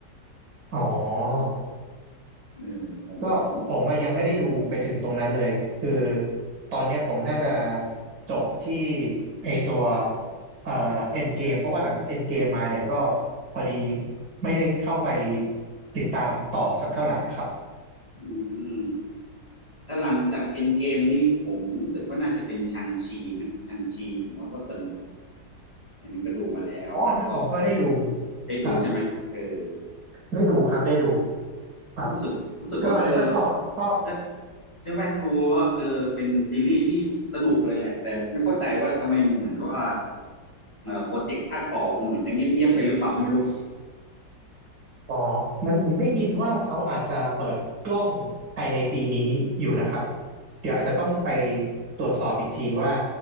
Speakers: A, on the right; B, on the left.
A: อ๋อ
B: เออผมผม
A: ก็ผมอะยังไม่ได้ดูไปถึงตรงนั้นเลยคือตอนเนี้ยผมน่าจะจบที่ไอตัวเอ่อเอ็นเกมเพราะว่าหลังจากเอ็นเกมมาเนี่ยก็พอดีไม่ได้เข้าไปติดตามต่อสักเท่าไหร่นะครับ
B: อืม ถ้าหลังจากเอ็นเกมนี่ผมรู้สึกว่าน่าจะเป็นชังชีไหมชังชีผมว่าก็สนุกอันนึงก็ดูมาแล้วแล้วก็
A: อ๋ออันนั้นผมก็ได้ดู
B: ได้ดูใช่ไหมเออ
A: ครับได้ดูครับได้ดูครับ
B: รู้สึกรู้สึกว่าเออ
A: ก็อันนั้นก็ชอบชอบ
B: ใช่ใช่ไหมดูว่าเออเป็นซีรีส์ที่สนุกเลยแหละแต่ไม่เข้าใจว่าทำไมเหมือนว่าโปรเจกต์ภาคต่อมันเหมือนจะเงียบๆไปหรือเปล่าไม่รู้
A: อ๋อเหมือนผมได้ยินว่าเขาอาจจะเปิดกล้องภายในปีนี้อยู่นะครับเดี๋ยวอาจจะต้องไปตรวจสอบอีกทีว่า